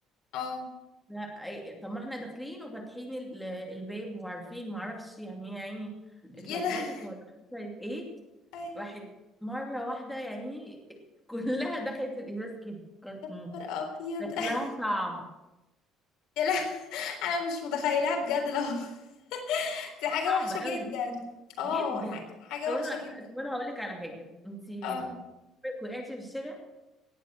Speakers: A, on the left; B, in the centre.
A: اه
B: لا، أي- طب ما احنا داخلين وفاتحين ال- الباب وعارفين معرفش يعني هي يعني اتلخبطت
A: يا لا
B: ولا حصلت ايه
A: اي
B: واحد مرة واحدة يعني كلها دخلت في الإزاز كده كانت
A: نهار
B: م-
A: ابيض
B: شكلها
A: <laughs>
B: صعب
A: يا لا انا مش متخيلاها بجد لو <laughs> دي حاجه
B: صعب
A: وحشه
B: قوي
A: جدا اه
B: جدا
A: حاجه حاجه
B: طب أنا
A: وحشه جدا
B: طب أنا هقول لك على حاجة أنتي
A: اه
B: عمرك وقعتي في الشارع